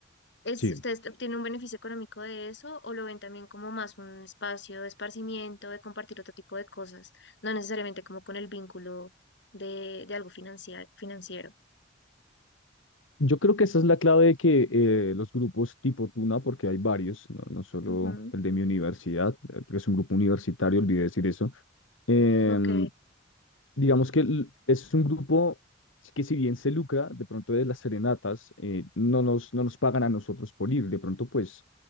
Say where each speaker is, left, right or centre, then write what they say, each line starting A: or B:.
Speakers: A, on the left (about 60°); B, on the left (about 80°).
A: es,
B: Sí.
A: ¿ustedes obtienen un beneficio económico de eso o lo ven también como más un espacio de esparcimiento, de compartir otro tipo de cosas, no necesariamente como con el vínculo de, de algo financiar- financiero?
B: Yo creo que esa es la clave de que eh, los grupos tipo Tuna, porque hay varios, no, no solo
A: Ujú,
B: el de mi universidad, eh, porque es un grupo universitario, olvidé decir eso, em,
A: Ok,
B: digamos que l- es un grupo que si bien se lucra de pronto de las serenatas, eh, no nos, no nos pagan a nosotros por ir, de pronto pues